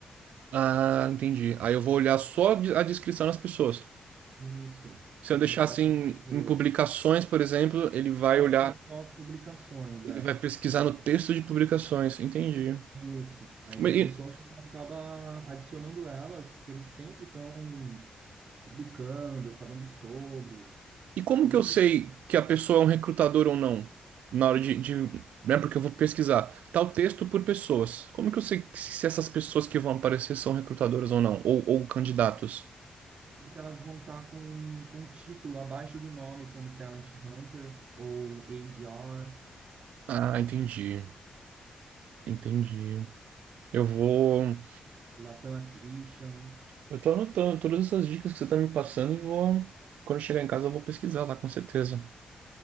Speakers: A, on the right; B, on the right.
A: Ah, entendi. Aí eu vou olhar só de- a descrição das pessoas.
B: Isso,
A: Se eu
B: aí
A: deixar
B: tem diversas
A: assim
B: pessoas.
A: em publicações, por exemplo, ele vai
B: Quais
A: olhar,
B: são as suas publicações,
A: ele
B: é?
A: vai pesquisar no texto de publicações. Entendi.
B: Isso. Aí
A: Mas
B: de pessoa
A: E,
B: você acaba adicionando elas, porque eles sempre estão publicando, falando sobre.
A: e como
B: É bem
A: que eu
B: interessante.
A: sei que a pessoa é um recrutador ou não? Na hora de, de, né? Porque eu vou pesquisar tal texto por pessoas. Como que eu sei que- se essas pessoas que vão aparecer são recrutadoras ou não? Ou, ou candidatos?
B: Porque elas vão estar com, com o título abaixo do nome, como Talent Hunter ou ADR,
A: Ah, entendi. Entendi. Eu vou.
B: Latam Acquisition.
A: Eu tô anotando todas essas dicas que você tá me passando e vou. Quando eu chegar em casa, eu vou pesquisar lá, com certeza.